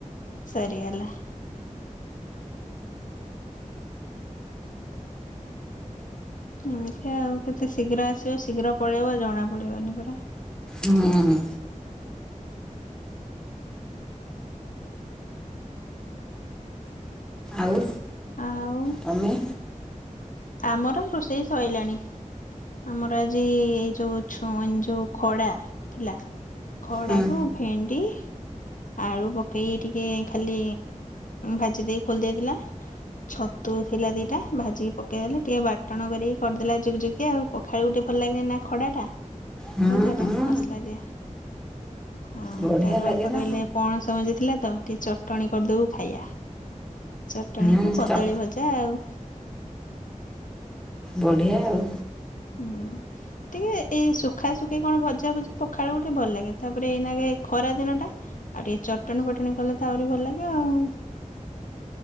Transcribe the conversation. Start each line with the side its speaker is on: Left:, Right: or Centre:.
Left: ସରିଗଲା। ଏମିତି ଆଉ କେତେ ଶୀଘ୍ର ଆସିବ ଶୀଘ୍ର ପଳେଇବ ଜଣା ପଡିବନି ପରା
Centre: ଉଁ ଆଉ
Left: ଆଉ
Centre: ତମେ
Left: ଆମର ରୋଷେଇ ସରିଲାଣି। ଆମର ଆଜି ଯୋଉ ଛ ଯୋଉ ଖଡା ଥିଲା। ଖଡାକୁ
Centre: ହୁଁ
Left: ଭେଣ୍ଡି ଆଳୁ ପକେଇକି ଟିକେ ଖାଲି ଭାଜି ଦେଇ ଖୋଲି ଦେଇେଇଥିଲା। ଛତୁ ଥିଲା ଦିଟା ଭାଜି ପକେଇଦେଲେ ଟିକେ ବାଟଣ କରିକି କରିଦେଲା ଜୁକୁଜୁକିଆ ଆଉ ପ ଖାଇବୁ ଟିକେ ଭଲ ଲାଗେନି ନା ଖଡ଼ାଟା।
Centre: ହୁଁ
Left: ଭଜାଟା
Centre: ହୁଁ
Left: ମସଲା ଦିଆ। ହଁ
Centre: ବଢ଼ିଆ
Left: ତାର
Centre: ଲାଗେ
Left: ବାପା
Centre: ନା
Left: କହିଲେ ପଣସ ମଞ୍ଜି ଥିଲା ତ ଟିକେ ଚଟଣି କରିଦବୁ ଖାଇବା। ଚଟଣୀକୁ
Centre: ହୁଁ
Left: କଦଳୀ
Centre: ଚ
Left: ଭଜା ଆଉ।
Centre: ବଢ଼ିଆ ଆଉ।
Left: ହୁଁ। ଟିକେ ଏଇ ସୁଖା ଶୁଖି କଣ ଭଜା ଭୁଜି ପଖାଳକୁ ଟିକେ ଭଲ ଲାଗେ ତାପରେ ଏଇ ନାକେ ଖରା ଦିନଟା ଆଉ ଟିକେ ଚଟଣି ଫଟଣି କଲେ ଆହୁରି ଭଲ ଲାଗେ ଆଉ।